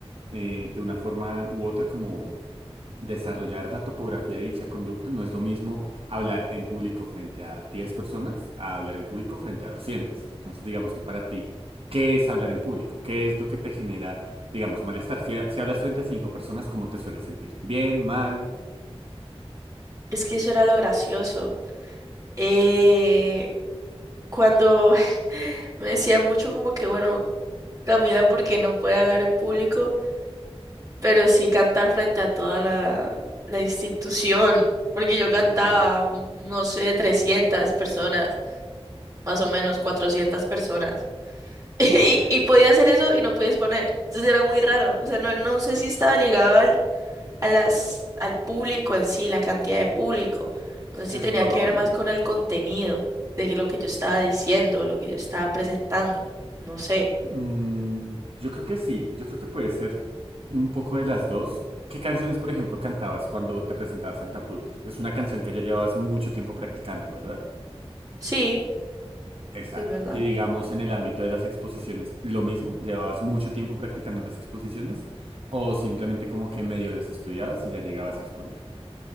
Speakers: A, on the right (about 65°); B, on the right (about 35°).
A: eh, de una forma u otra como desarrollar la topografía de dicha conducta no es lo mismo hablar en público frente a 10 personas a hablar en público frente a 200. Entonces, digamos que para ti, ¿qué es hablar en público? ¿Qué es lo que te genera, digamos, malestar? Si, si hablas frente a 5 personas, ¿cómo te sueles sentir? ¿Bien? ¿Mal?
B: Es que eso era lo gracioso. Eh, cuando <laughs> me decía mucho como que, bueno, Camila, porque no puede hablar en público, pero sí cantar frente a toda la, la institución. Porque yo cantaba,
A: Ok,
B: no sé, 300 personas, más o menos 400 personas. <laughs> Y,
A: ok.
B: y podía hacer eso y no podías poner. Entonces era muy raro. O sea, no, no sé si estaba ligado al, a las, al público en sí, la cantidad de público. No sé si tenía
A: Es probable.
B: que ver más con el contenido de que lo que yo estaba diciendo, lo que yo estaba presentando. No sé.
A: Mm, yo creo que sí. Yo creo que puede ser un poco de las dos. ¿Qué canciones, por ejemplo, cantabas cuando te presentabas frente al público? Es una canción que ya llevabas mucho tiempo practicando, ¿verdad?
B: Sí,
A: Exacto.
B: es verdad.
A: Y digamos en el ámbito de las exposiciones, lo mismo, llevabas mucho tiempo practicando las exposiciones o simplemente como que medio las estudiabas y ya llegabas a exponer.